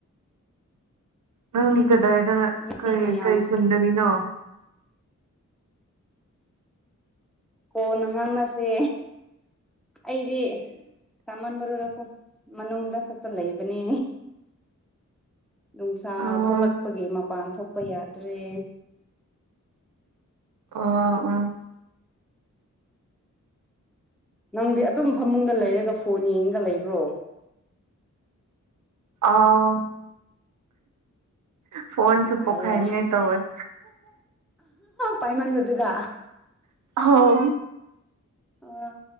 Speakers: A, on the right; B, in the centre.
A: ꯅꯪꯗꯤ ꯀꯗꯥꯏꯗ
B: ꯅꯨꯄꯤ
A: ꯀꯩ
B: ꯃꯌꯥꯝꯁꯦ
A: ꯀꯔꯤ ꯈꯨꯟꯗꯒꯤꯅꯣ
B: ꯀꯣ ꯅ ꯉꯥꯡꯅꯁꯦ ꯑꯩꯗꯤ ꯃꯃꯟ ꯃꯔꯨꯗꯀꯣ ꯃꯅꯨꯡꯗ ꯈꯛꯇ ꯂꯩꯕꯅꯤ ꯅꯨꯡꯁꯥ
A: ꯑꯣ
B: ꯊꯣꯛꯂꯛꯄꯒꯤ ꯃꯄꯥꯟ ꯊꯣꯛꯄ ꯌꯥꯗ꯭ꯔꯦ
A: ꯑꯣ ꯑꯣ
B: ꯅꯪꯗꯤ ꯑꯗꯨꯝ ꯐꯃꯨꯡꯗ ꯂꯩꯔꯒ ꯐꯣꯟ ꯌꯦꯡꯒ ꯂꯩꯕ꯭ꯔꯣ
A: ꯑꯥ ꯐꯣꯟꯣꯟꯁꯨꯄꯣ
B: ꯅꯨꯡꯉꯥꯏꯌꯦ
A: ꯈꯥꯏ ꯅ ꯑ ꯇꯧ ꯑꯣꯏꯣꯏ
B: ꯄꯥꯏꯃꯅꯤꯕꯠꯇꯗ
A: ꯑꯧ
B: ꯑ